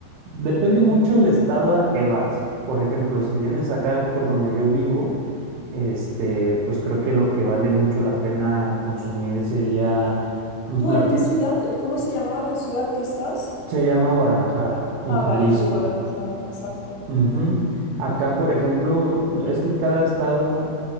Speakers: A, on the right (about 85°); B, on the left (about 85°).
A: Depende mucho el estado al que vas. Por ejemplo, si vienes acá por donde yo vivo, este, pues creo que lo que vale mucho la pena consumir sería un
B: ¿Tú
A: platillo.
B: en qué ciudad? ¿Cómo se llamaba la ciudad que estás?
A: Se llama Guadalajara, en
B: Ah,
A: Jalisco.
B: vale, sí, Guadalajara, exacto.
A: Ujú.
B: Ujú.
A: Acá, por ejemplo, es que en cada estado